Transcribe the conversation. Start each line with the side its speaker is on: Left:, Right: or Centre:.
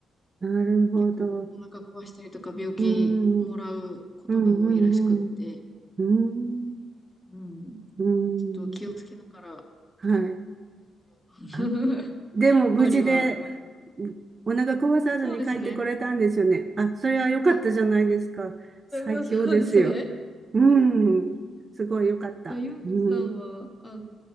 Right: なるほど。
Left: 結構お腹壊したりとか病気もらうことが多いらしくって、
Right: うん、うん、うん、うん。うん、
Left: うん、
Right: うん。
Left: ちょっと気をつけながら、
Right: はい。
Left: <laughs>
Right: あ、でも無事で、
Left: バリは、
Right: お腹壊さずに帰ってこれたんですよね。
Left: そうですね。
Right: あ、それは良かったじゃないですか。
Left: あ、
Right: 最強ですよ。
Left: そうそうそうですね。
Right: うん。すごい良かった。
Left: いや、ゆうこさんは、
Right: うん。
Left: あの、